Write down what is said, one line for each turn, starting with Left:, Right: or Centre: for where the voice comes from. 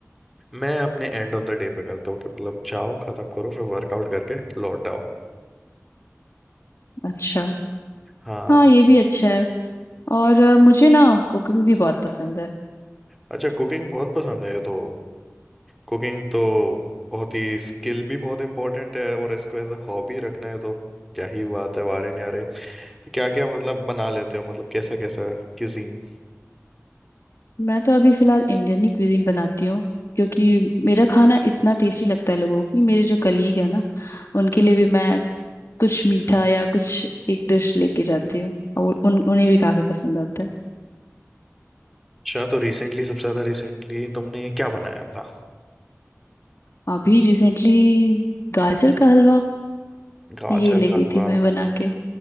Centre: मैं अपने एंड ऑफ द डे पे करता हूँ कि मतलब जाओ खत्म करो फिर वर्कआउट करके लौट आओ
Left: अच्छा
Centre: हाँ
Left: हाँ ये भी अच्छा है और अ, मुझे ना कुकिंग भी बहुत पसंद है
Centre: अच्छा कुकिंग बहुत पसंद है ये तो कुकिंग तो बहुत ही स्किल भी बहुत इंपॉर्टेंट है और इसको एज अ हॉबी रखना है तो क्या ही बात है वारे न्यारे तो क्या क्या मतलब बना लेते हो मतलब कैसा कैसा क्यूजीन
Left: मैं तो अभी फिलहाल इंडियन ही क्विजीन बनाती हूँ क्योंकि मेरा खाना इतना टेस्टी लगता है लोगों को कि मेरे जो कलीग है ना उनके लिए भी मैं कुछ मीठा या कुछ एक डिश लेके जाती हूँ और उन उन्हें भी काफी पसंद आता है
Centre: अच्छा तो रिसेंटली सबसे ज्यादा रिसेंटली तुमने क्या बनाया था
Left: अभी रिसेंटली गाजर का हलवा
Centre: गाजर
Left: ये ले
Centre: का
Left: गई
Centre: हलवा
Left: थी मैं बना के